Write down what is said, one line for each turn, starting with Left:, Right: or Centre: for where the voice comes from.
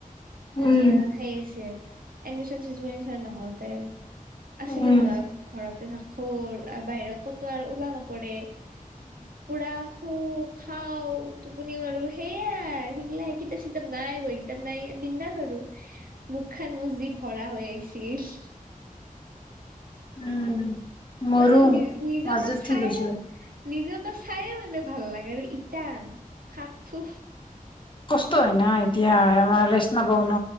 Right: আহ
Left: উম।
Right: সেই আছে এডমিশন চেডমেশচন নহওতে। আছিলোঁ
Left: উম
Right: নহয় ঘৰতে থাকোঁ। বাহিৰত ক'ত। ত ওলোৱা নপৰে। পুৰা সো। খাওঁ টোপুনি মাৰো সেইয়াই সেইগিলা কিতাপ চিতাপ নাই। মোৰ কিতাপ নাই বিন্দাছ আৰু মোক খন যি ভৰা হৈ আহিছে আহিছে।
Left: উম। মোৰো
Right: এনেই নিজ নিজকে
Left: মাজত
Right: চাই।
Left: ঠিক হৈছিলো।
Right: নিজকে চাই মানে ভাল লাগে আৰু ইটাই আৰু শাক থো।
Left: কষ্ট হ'য় না এতিয়া আমাৰ নিচিনা। অ ন